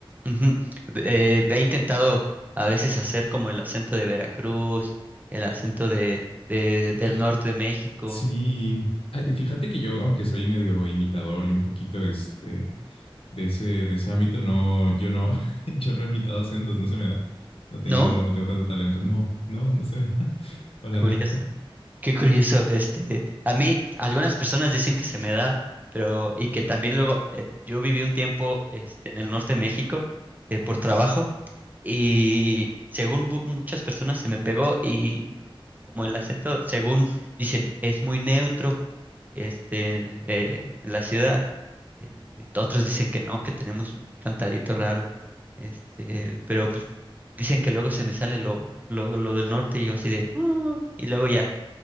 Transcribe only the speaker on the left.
Eh,
fí-
Sí. Ah, y fíjate que yo, aunque soy medio imitador y un poquito este de ese, de ese ámbito, no, yo no, <laughs> yo no he imitado acentos, no se me da. No tengo,
no tengo tanto talento. No, no, no
se me da <laughs> para
nada.